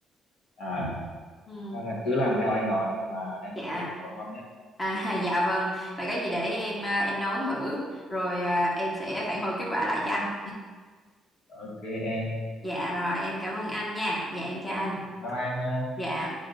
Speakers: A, on the left (about 70°); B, on the left (about 20°).
A: à
B: ừ.
A: Nên em cứ làm theo anh nói là em
B: Dạ.
A: sẽ làm một món ngon nhất.
B: À, <laughs> dạ vâng. Vậy có gì để em à, em nấu thử rồi à, em sẽ phản hồi kết quả lại cho anh.
A: Ok em.
B: Dạ rồi, em cảm ơn anh nha. Dạ em chào anh.
A: Bye bye em nha.
B: Dạ.